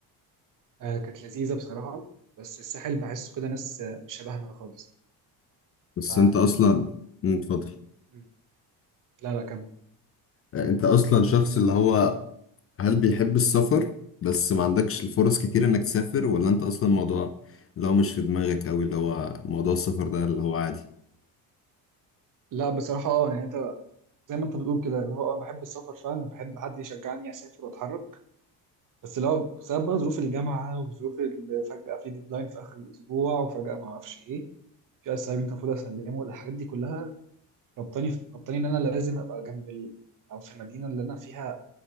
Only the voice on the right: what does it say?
آه كانت لذيذه بصراحه بس الساحل بحسه كده ناس آه، مش شبهنا خالص
ف
مم. لا لا كان
لا بصراحه اه يعني انت زي ما انت بتقول كده اللي هو أنا بحب السفر فعلا بحب حد يشجعني اسافر واتحرك بس لو بسبب بقى ظروف الجامعه وظروف ال- فجاه في ديدلاين في اخر الاسبوع وفجاه ما اعرفش ايه في اسايمنت المفروض اسلمه الحاجات دي كلها ربطاني في ربطاني ان انا لازم ابقى جنب ال... او في المدينه اللي انا فيها